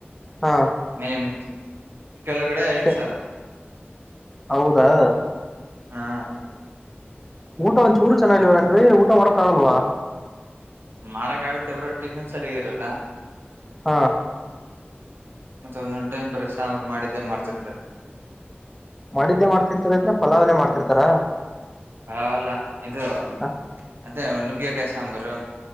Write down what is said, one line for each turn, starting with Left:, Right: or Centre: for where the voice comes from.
Centre: ಹಾ
Right: ಮಿನಿಮ್ ಕೆಳಗಡೆ ಐದ
Centre: ಛೆ,
Right: ಸಾವಿರ
Centre: ಹೌದಾ
Right: ಹಾ
Centre: ಊಟ ಒಂದ್ ಚೂರು ಚೆನ್ನಾಗಿಲ್ವೇನ್ರಿ ಊಟ ಮಾಡಕ್ ಆಗಲ್ವಾ
Right: ಮಾಡಕ್ ಆಗುತ್ತೆ ಬ್ರೋ ಟಫಿನ್ ಸರಿಗಿರಲ್ಲ
Centre: ಹಾ
Right: ಮತ್ತೆ ಒಂದೊಂದು ಟೈಮ್ ಬರೇ ಸಾಂಬ್ ಮಾಡಿದ್ದೇ ಮಾಡ್ತಿರ್ತಾರೆ
Centre: ಮಾಡಿದ್ದೆ ಮಾಡ್ತಿರ್ತಾರ ಅಂದ್ರೆ ಪಲಾವನೆ ಮಾಡ್ತಿರ್ತಾರ
Right: ಹಲ್ಲ ಇದು
Centre: ಹ
Right: ಮತ್ತೆ ನುಗ್ಗಿಯಕಾಯಿ ಸಾಂಬಾರು